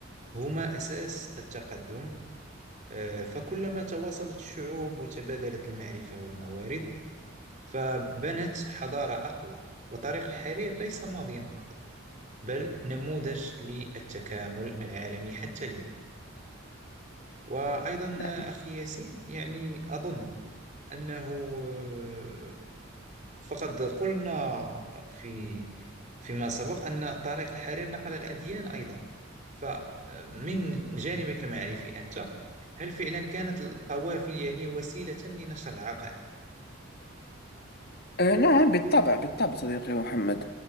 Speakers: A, on the right (about 40°); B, on the left (about 50°).
A: هما أساس التقدم آه، فكلما تواصلت الشعوب وتبادلت المعرفة والموارد فبنت حضارة أقوى وطريق الحرير ليس ماضيا فقط بل نموذج للتكامل العالمي حتى اليوم وأيضا
B: نعم
A: أخي ياسين يعني أظن أنه آه، فقد قلنا في فيما سبق أن طريق الحرير نقل الأديان أيضا فمن جانبك المعرفي أنت هل فعلا كانت القوافل يعني وسيلة لنشر العقائد
B: أه نعم بالطبع بالطبع صديقي محمد